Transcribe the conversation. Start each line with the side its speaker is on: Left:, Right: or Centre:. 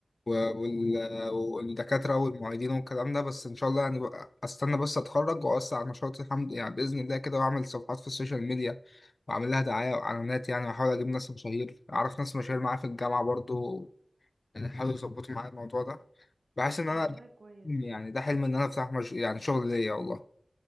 Left: وال- والدكاترة والمعيدين والكلام ده بس إن شاء الله يعني بقى أستنى بس أتخرج وأوسع على نشاطي الحمد يعني بإذن الله كده وأعمل صفحات في السوشيال ميديا وأعمل لها دعاية وإعلانات يعني وأحاول أجيب ناس مشاهير أعرف ناس مشاهير معايا في الجامعة برضو يعني حاولوا يظبطوا معايا الموضوع ده بحس ان انا
Right: طب والله كويس
Left: يعني ده حلم ان انا افتح مش... يعني شغل ليا والله